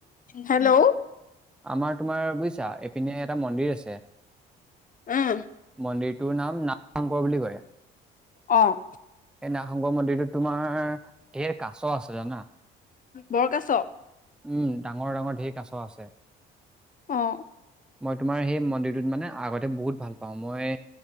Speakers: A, on the left (about 40°); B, in the centre.
A: হেল্ল'
B: আমাৰ তোমাৰ বুজি আ' এইপিনে এটা মন্দিৰ আছে
A: উম,
B: মন্দিৰটোৰ নাম ন শংকৰ বুলি কয়!
A: অ'
B: এই নাগ শংকৰ মন্দিৰটোত তোমাৰ ধেৰ কাছ আছে জানা?
A: বৰকাছ!
B: উম ডাঙৰ ডাঙৰ ঢেৰ কাছ আছে!
A: অ'
B: মই তোমাৰ সেই মন্দিৰটোত মানে আগতে বহুত ভাল পাওঁ! মই